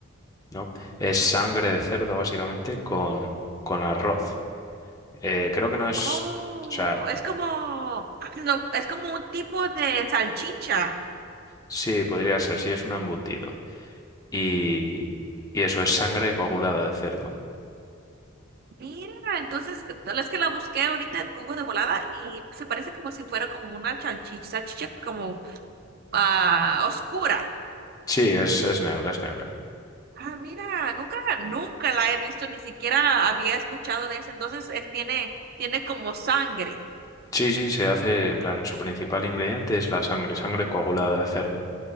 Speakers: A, on the left; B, on the right.
A: ¿no? Es sangre de cerdo, básicamente, con, con arroz. Eh, creo que no es,
B: Oh,
A: o sea,
B: es como, <clears throat> no, es como un tipo de salchicha.
A: sí, podría ser, sí es un embutido. Y, y eso es sangre coagulada de cerdo.
B: Mira, entonces, tal es que la busqué ahorita en Google de volada y se parece como si fuera como una salchicha, salchicha como ah, oscura.
A: Sí, es, es negra, es negra.
B: Ah, mira, nunca, nunca la he visto, ni siquiera había escuchado de eso. Entonces, es, tiene, tiene como sangre.
A: Sí, sí, se hace en plan, su principal ingrediente es la sangre, sangre coagulada de cerdo.